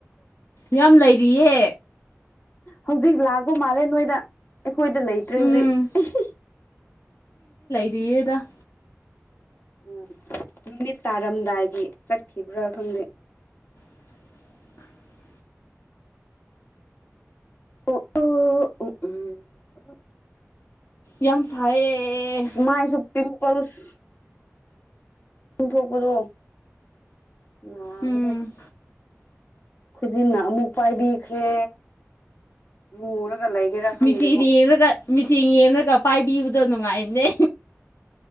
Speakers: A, on the left; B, on the left.
A: ꯌꯥꯝ ꯂꯩꯔꯤꯌꯦ
B: ꯍꯧꯖꯤꯛ ꯂꯥꯛꯄ ꯃꯥꯜꯂꯦ ꯅꯣꯏꯗ ꯑꯩꯈꯣꯏꯗ ꯂꯩꯇ꯭ꯔꯦ
A: ꯎꯝ
B: ꯍꯧꯖꯤꯛ
A: ꯌꯦꯗ
B: ꯎꯝ ꯅꯨꯃꯤꯠ ꯇꯥꯔꯝꯗꯥꯏꯒꯤ ꯆꯠꯈꯤꯕ꯭ꯔꯥ ꯈꯪꯗꯦ
A: <inaudible>
B: ꯎ ꯎ ꯎ ꯎꯝ ꯎ
A: ꯌꯥꯝ ꯁꯥꯏꯌꯦ
B: ꯃꯥꯏꯁꯨ ꯄꯤꯝꯄꯜꯁ ꯆꯨꯡꯊꯣꯛꯄꯗꯣ ꯂꯅꯥꯕꯗꯣ
A: ꯎꯝ
B: ꯈꯨꯖꯤꯟꯅ ꯑꯃꯨꯛ ꯄꯥꯏꯕꯤꯈ꯭ꯔꯦ ꯃꯨꯔꯒ ꯂꯩꯒꯦꯔꯥ ꯈꯪꯗꯦꯕꯣ
A: ꯃꯁꯤ ꯌꯦꯡꯅ ꯀꯁꯤ ꯌꯦꯡꯅ ꯀꯞ ꯄꯥꯏꯕꯤꯕꯗ ꯅꯨꯡꯉꯥꯏꯅꯦ